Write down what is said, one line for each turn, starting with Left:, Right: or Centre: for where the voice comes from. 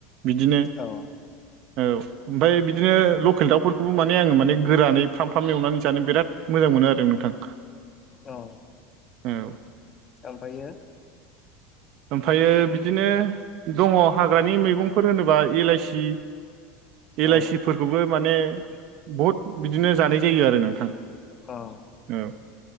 Right: बिदिनो
Left: औ
Right: औ ओमफ्राय बिदिनो लकेल दाउफोरखौबो माने आङो माने गोरानै फ्राम फ्राम एवनानै जानो बिराद मोजां मोनो आरो नोंथां
Left: औ
Right: औ
Left: ओमफ्रायो
Right: ओमफ्रायो बिदिनो दङ हाग्रानि मैगंफोर होनोबा इलाइसि एलाइसिफोरखौबो
Left: औ
Right: माने बहुद बिदिनो जानाय जायो आरो नोंथां
Left: औ
Right: औ